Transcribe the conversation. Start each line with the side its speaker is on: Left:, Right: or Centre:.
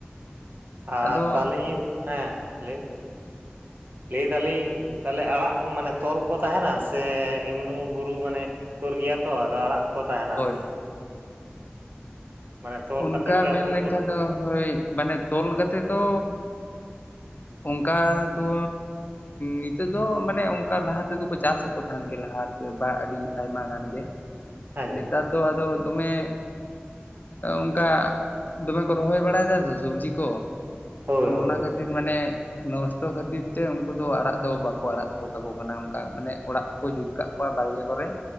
Right: ᱟᱨ
Left: ᱟᱫᱚ
Right: ᱛᱟᱞᱦᱮ ᱤᱭᱟᱹ ᱦᱮᱸ ᱞᱟᱹᱭ ᱵᱤᱱ ᱞᱟᱹᱭ ᱫᱟᱞᱤᱧ ᱛᱟᱞᱦᱮ ᱟᱲᱟᱜ ᱢᱟᱱᱮ ᱛᱚᱞ ᱠᱚ ᱛᱟᱦᱮᱱᱟ ᱥᱮ ᱮᱢᱱᱩ ᱵᱩᱨᱩ ᱢᱟᱱᱮ ᱥᱩᱨ ᱜᱮᱭᱟ ᱛᱚ ᱟᱫᱚ ᱟᱲᱟᱜ ᱠᱚ ᱛᱟᱸᱦᱮᱱᱟ
Left: ᱦᱳᱭ
Right: ᱟᱨᱠᱤ ᱢᱟᱱᱮ ᱛᱚᱞ
Left: ᱚᱱᱠᱟ
Right: ᱠᱟᱛᱮᱫ ᱯᱮ
Left: ᱢᱮᱱ
Right: ᱟᱹᱥᱩᱞ
Left: ᱞᱮᱱᱠᱷᱟᱡ
Right: ᱠᱚᱣᱟ
Left: ᱫᱚ ᱦᱳᱭ ᱢᱟᱱᱮ ᱛᱚᱞ ᱠᱟᱛᱮ ᱫᱚ ᱚᱱᱠᱟ ᱫᱚ ᱱᱤᱛᱳᱜ ᱫᱚ ᱢᱟᱱᱮ ᱚᱱᱠᱟ ᱞᱟᱦᱟ ᱛᱮᱫᱚ ᱠᱚ ᱪᱟᱥᱮᱫ ᱠᱚ ᱛᱟᱦᱮᱱ ᱜᱮ ᱞᱟᱦᱟ ᱛᱮ ᱵᱟ ᱟᱹᱰᱤ ᱟᱭᱢᱟ ᱜᱟᱱ ᱜᱮ
Right: ᱟᱪᱪᱷᱟ
Left: ᱱᱮᱛᱟᱨ ᱫᱚ ᱟᱫᱚ ᱫᱚᱢᱮ ᱚᱝᱠᱟ ᱫᱚᱢᱮ ᱠᱚ ᱨᱚᱦᱚᱭ ᱵᱟᱲᱟᱭ ᱫᱟ ᱛᱚ ᱥᱚᱵᱡᱤ ᱠᱚ
Right: ᱦᱳᱭ
Left: ᱛᱚ
Right: ᱦᱳᱭ
Left: ᱚᱱᱟ
Right: ᱦᱳᱭ
Left: ᱠᱷᱟᱹᱛᱤᱨ ᱢᱟᱱᱮ ᱱᱚᱥᱴᱚ ᱠᱷᱟᱹᱛᱤᱨ ᱛᱮ ᱩᱱᱠᱩ ᱫᱚ ᱟᱲᱟᱜ ᱫᱚ ᱵᱟᱠᱚ ᱟᱲᱟᱜ ᱫᱚᱦᱚ ᱠᱟᱠᱚ ᱠᱟᱱᱟ ᱚᱱᱠᱟ ᱢᱟᱱᱮ ᱚᱲᱟᱜ ᱠᱚᱠᱚ ᱡᱩᱛ ᱠᱟᱜ ᱠᱚᱣᱟ ᱵᱟᱲᱜᱮ ᱠᱚᱨᱮ